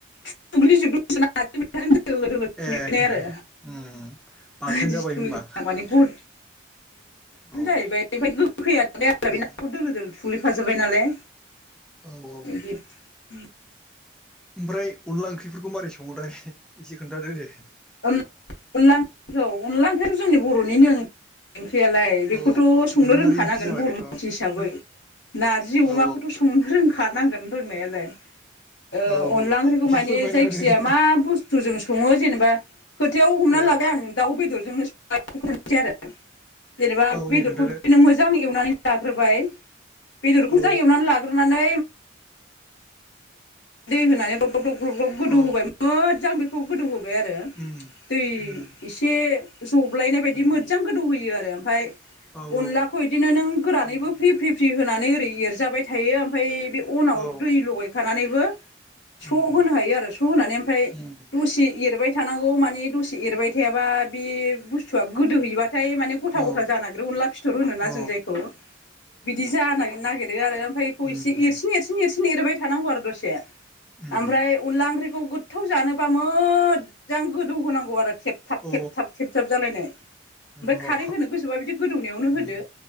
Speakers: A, on the left (about 75°); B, in the centre.
A: सुग्लि सुग्लि सुना नाजो मैथाजो आरो लोदो लोदो फुंग्लिनाय
B: ए
A: आरो
B: उम
A: <unintelligible>
B: बाथोन
A: दिनो
B: जाबाय होमबा औ
A: जाहैबाय ओमफाय गोखैया जालाय
B: उम
A: बे नाखौ दोलो दोलो थुग्लिफाजोब्बाय नालाय
B: औ औ
A: इदि उम।
B: ओमफ्राय अनला ओंख्रिफोरखौ मारै संङोथाय एसे खोन्थादो दे।
A: अन अनला ओखखौ अनला ओंख्रियाथ' जोंनि बर'निनो ओंख्रियालाय बेख
B: औ
A: थ' संनो
B: दोरोङारि
A: रोंखानांगोन
B: ओंख्रि जाबाय
A: बर'
B: बेथ'
A: मानसि
B: औ
A: हिसाबै नारजि
B: औ
A: अमाखौथ' संनो रोंखा नांगोन रोंनायालाय ओ
B: औ
A: अनला ओंख्रिखौ
B: एसे
A: मानि
B: फोरमायना
A: जायखिजाया
B: होदो दे
A: मा बुस्थुजों सं सङो जेनेबा खोथायाव हमना
B: औ
A: लाबाय आं दाउ बेदरजोंनो संनोसै आरो जेनेबा
B: औ दे
A: बेदरखौ
B: खोन्थादो
A: बिदिनो मोजां एवनानै लाग्रोबाय बेदरखौ
B: औ
A: जा एवनानै लाग्रोनानै दै होनानै ग्रब ग्रब गब ग्लब ग्लब
B: औ
A: गोदौ
B: औ
A: होबाय मोजां बेखौ गोदौ होबाय आरो
B: उम
A: दै
B: उम
A: एसे जब्लायनाय बायदि मोजां गोदौहोयो आरो ओमफाय
B: औ
A: अनलाखौ
B: औ
A: इदिनो नों गोरानैबो फ्रि फ्रि फ्रि होनानै ओरै एरजाबाय थायो ओमफाय बे अनाव
B: औ
A: दै लगायखानानैबो स'
B: उम
A: होनो हायो आरो स' होनानै ओमफाय
B: उम
A: दसे एरबाय थानांगौ माने दसे एरबाय थायाबा बे बुस्थुआ गोदोहैबाथाय माने गथा
B: औ
A: गथा जानागिरो अनला फिथ'र होनो ना
B: औ
A: जों जायखौ बिदि जानो नागिरो आरो ओमफाय बेखौ
B: उम
A: एसे एरसिन एरसिन एरसिन एरबाय थानांगौ आरो दसे।
B: उम
A: <inaudible> ओमफ्राय अनदला ओंख्रिखौ गोथाव जानोबा मोजां गोदौ होनांगौ आरो थेबथाब
B: अ
A: थेबथाब। थेब थाब जालायनाय ओमफाय
B: नंगौ
A: खारै होनो गोसोबा बिदि गोदौनायावनो
B: उम
A: होदो।